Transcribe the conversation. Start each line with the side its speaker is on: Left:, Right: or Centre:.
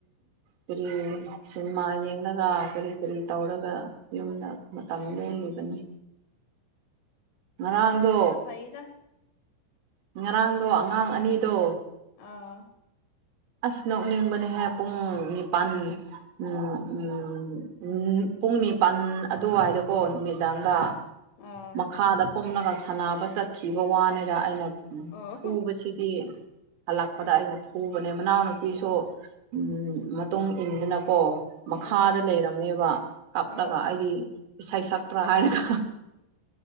Right: ꯀꯔꯤ ꯁꯤꯅꯦꯃꯥ ꯌꯦꯡꯂꯒ ꯀꯔꯤ ꯀꯔꯤ ꯇꯧꯔꯒ ꯌꯨꯝꯗ ꯃꯇꯝ ꯂꯦꯜꯂꯤꯕꯅꯤ ꯉꯔꯥꯡꯗꯣ
Left: ꯂꯩꯗ
Right: ꯉꯔꯥꯡꯗꯣ ꯑꯉꯥꯡ ꯑꯅꯤꯗꯣ
Left: ꯑꯥ
Right: ꯑꯁ ꯅꫭꯛꯅꯤꯡꯕꯅꯦꯍꯦ ꯄꯨꯡ ꯅꯤꯄꯥꯟ ꯎꯝ ꯎꯝ ꯄꯨꯡ ꯅꯤꯄꯜ ꯑꯗꯨꯋꯥꯏꯗꯀꯣ ꯅꯨꯃꯤꯠ ꯗꯥꯡꯗ
Left: ꯑꯥ ꯑꯥ
Right: ꯃꯈꯥꯗ ꯀꯨꯝꯂꯒ ꯁꯥꯟꯅꯕ ꯆꯠꯈꯤꯕ ꯋꯥꯅꯤꯗ ꯑꯩꯅ
Left: ꯑꯣ
Right: ꯐꯨꯕꯁꯤꯗꯤ ꯍꯜꯂꯛꯄꯗ ꯑꯩꯅ ꯐꯨ ꯃꯅꯥꯎꯅꯨꯄꯤꯁꯨ ꯎꯝ ꯃꯇꯨꯡ ꯏꯟꯗꯨꯅꯀꯣ ꯃꯈꯥꯗ
Left: ꯎꯝ
Right: ꯂꯩꯔꯝꯃꯦꯕ ꯀꯞꯂꯒ
Left: ꯑꯣ
Right: ꯑꯩꯗꯤ ꯏꯁꯩ ꯁꯛꯄꯔꯥ ꯍꯥꯏꯔꯒ